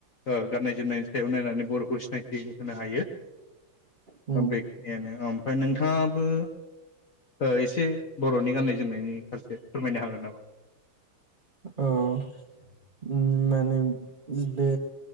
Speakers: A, on the left (about 55°); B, on the right (about 30°).
A: ओ गाननाय जोमनायनि सायाव नायनानै बर'खौ सिनायथि होनो हायो।
B: उम
A: ओ बेखिनियानो उम नोंथाङाबो ओ एसे बर'नि गाननाय जोमनायनि फारसे फोरमायनो हागोन नामा?
B: औ उम माने बे